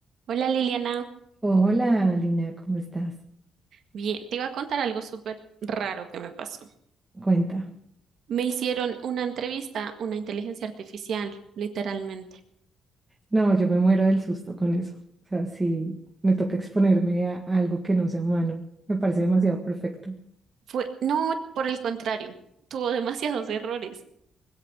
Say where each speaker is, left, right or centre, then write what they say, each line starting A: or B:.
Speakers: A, on the right; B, on the right.
A: Hola Liliana,
B: Hola, Lina, ¿cómo estás?
A: bien, te iba a contar algo súper raro que me pasó.
B: Cuenta.
A: Me hicieron una entrevista, una inteligencia artificial, literalmente.
B: No, yo me muero del susto con eso. O sea, si me toca exponerme a algo que no sea humano, me parece demasiado perfecto.
A: Fue, no, por el contrario, tuvo <laughs> demasiados errores,